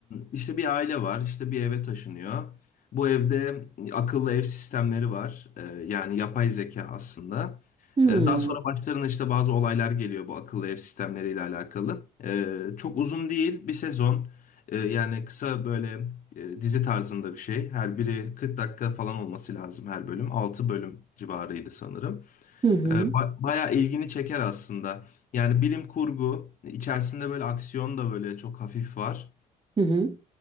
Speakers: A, on the left (about 55°); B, on the right (about 35°).
A: işte bir aile var, işte bir eve taşınıyor. Bu evde akıllı ev sistemleri var. Ee, yani yapay zeka aslında.
B: Hmm.
A: Ee, daha sonra başlarına işte bazı olaylar geliyor bu akıllı ev sistemleriyle alakalı. Ee, çok uzun değil, bir sezon. Ee, yani kısa böyle e, dizi tarzında bir şey. Her biri 40 dakika falan olması lazım her bölüm. altı bölüm civarıydı sanırım.
B: Hı hı.
A: Ee, ba- bayağı ilgini çeker aslında. Yani bilim kurgu, içerisinde böyle aksiyon da böyle çok hafif var.
B: Hı hı.